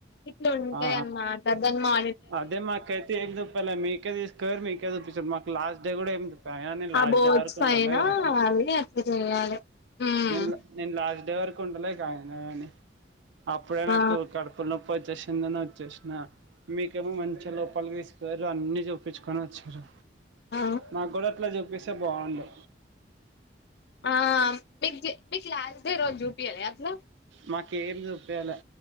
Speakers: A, on the left; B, on the right.
A: ఇట్ల ఉంటాయి
B: ఆ
A: అన్నమాట దాని మా
B: అదే మాకు అయితే ఏం చెప్పాలే మీకే తీసుకోని పోయారు మీకే చూపించారు మాకు లాస్ట్ డే కూడా ఏమి చూపియాలే అయిన నేను
A: ఆ
B: లాస్ట్
A: బోర్డ్స్
B: డే వరకు
A: పైన
B: ఉండాలే ఫస్ట్
A: అవి అట్లా చేయాలి ఉమ్
B: నేను నేను లాస్ట్ డే వరకు ఉండలే అయినా కాని అప్పుడే నాకు
A: ఆ
B: కడుపుల నొప్పి వచ్చేసి ది అని వచ్చేసిన మీకేమో మంచిగా లోపలికి తీసుకోపోరు అన్ని చూపించుకొని వచ్చారు
A: ఆ
B: మాకు కూడా అట్లా చూపిస్తే బాగుండు
A: ఆ మీ మీకు లాస్ట్ డే రోజు జూపియాలే అట్లా
B: మాకేం చూపియ్యలే